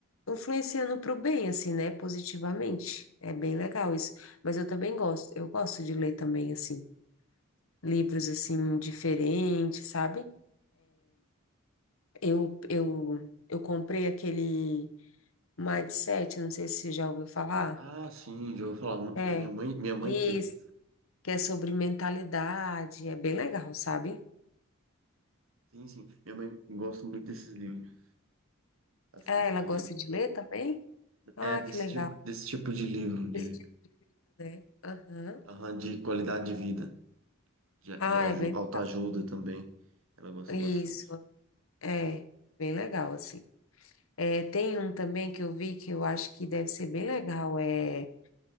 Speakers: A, on the left (about 80°); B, on the right (about 75°).
A: influenciando para o bem, assim, né? Positivamente. É bem legal isso. Mas eu também gosto, eu gosto de ler também, assim, livros,
B: entendi.
A: assim, diferentes, sabe? Eu, eu, eu comprei aquele Mindset, eu não sei se você já ouviu falar.
B: Ah, sim, já ouvi falar.
A: É.
B: Minha mãe, minha mãe
A: Isso,
B: tem.
A: que é sobre mentalidade, é bem legal, sabe?
B: Sim, sim. Minha mãe gosta muito desses livros, assim,
A: Ah, ela
B: de,
A: gosta de ler também? Ah,
B: é, desse
A: que legal.
B: tipo, desse tipo de livro, de,
A: Esse tipo de livro, né? Aham.
B: aham, de qualidade de vida. De, de
A: Ah,
B: aju-
A: é bem
B: autoajuda
A: legal.
B: também. Ela gosta
A: Isso,
B: bastante.
A: É, bem legal, assim. É, tem um também que eu vi que eu acho que deve ser bem legal. É...